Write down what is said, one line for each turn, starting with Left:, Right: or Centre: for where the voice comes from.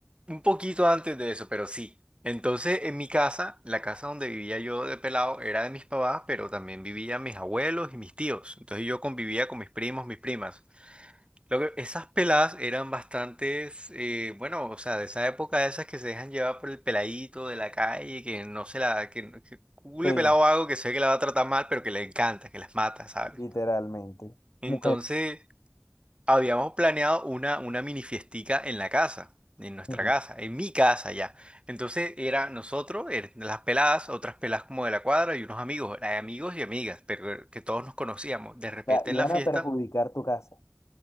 Right: Un poquito antes de eso, pero sí. Entonces, en mi casa, la casa donde vivía yo de pelado era de mis papás, pero también vivían mis abuelos y mis tíos. Entonces yo convivía con mis primos, mis primas. Lo que- esas peladas eran bastantes, eh, bueno, o sea, de esa época, de esas que se dejan llevar por el peladito de la calle, que no se la, que, no- que cule
Left: Sí,
Right: pelado hago que sé que la va a tratar mal, pero que le encanta, que las mata, ¿sabes?
Left: literalmente.
Right: Entonces,
Left: Mujeres.
Right: habíamos planeado una, una mini fiestica en la casa, en nuestra
Left: ujú.
Right: casa,
Left: O
Right: en mi casa ya. Entonces, era nosotros, er- las peladas, otras peladas como de la cuadra y unos amigos, eh, amigos y amigas, pero eh, que todos nos conocíamos. De repente
Left: sea, iban
Right: en la fiesta.
Left: a perjudicar tu casa.